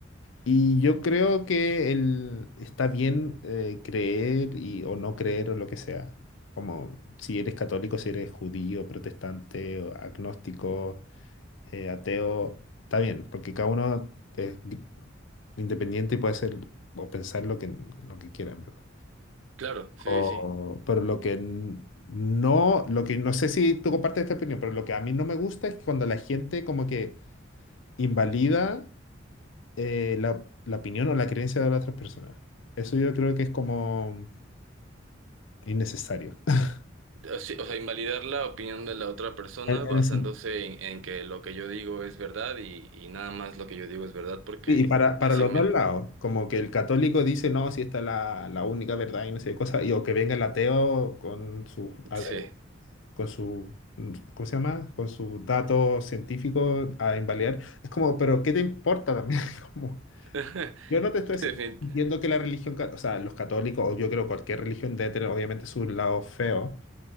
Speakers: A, on the left; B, on the right.
A: Y yo creo que el, está bien eh, creer y, o no creer o lo que sea. Como si eres católico, si eres judío, protestante, o agnóstico, eh, ateo, está bien, porque cada uno es gr- independiente y puede ser o pensar lo que, lo que quiera, en verdad.
B: Claro, sí,
A: O-
B: sí.
A: pero lo que n- no, lo que no sé si tú compartes esta opinión, pero lo que a mí no me gusta es cuando la gente como que invalida eh, la, la opinión o la creencia de las otras personas. Eso yo creo que es como innecesario. <laughs>
B: O sí, o sea, invalidar la opinión de la otra persona
A: En-
B: basándose
A: en el sen-
B: en, en que lo que yo digo es verdad y, y nada más lo que yo digo es verdad porque
A: sí, y para, para
B: así
A: los
B: me...
A: dos lados, como que el católico dice, no, si esta es la, la única verdad y no sé qué cosa, y o que venga el ateo con su, a-
B: Sí.
A: con su, ¿cómo se llama? Con sus datos científicos a invalidar. Es como, pero ¿qué te importa también? <laughs> Como,
B: <laughs>
A: yo no te estoy
B: Defin-
A: diciendo que la religión, cat- o sea, los católicos, o yo creo cualquier religión debe tener obviamente su lado feo,